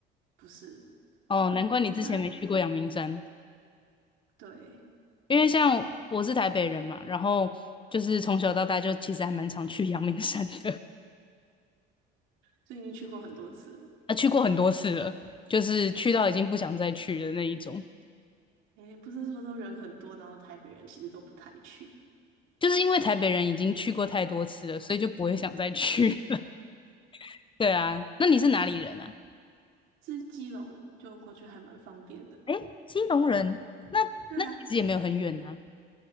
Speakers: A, on the right (about 75°); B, on the left (about 25°).
A: 不是，
B: 哦，
A: 转家
B: 难怪你之前没去过阳明山。
A: 对，
B: 因为像我是台北人嘛，然后就是从小到大就其实还蛮常去阳明山的，
A: 所以已经去过很多次了。
B: 啊，去过很多次了，就是去到已经不想再去的那一种。
A: 诶，不是说都人很多，然后台北人其实都不太去，
B: 就是因为台北人已经去过太多次了，所以就不会想再去了。<laughs> 对啊，那你是哪里人啊？
A: 是基隆就过去还蛮方便的。
B: 哎，基隆人，那那其实也没有很远啊。
A: 对啊，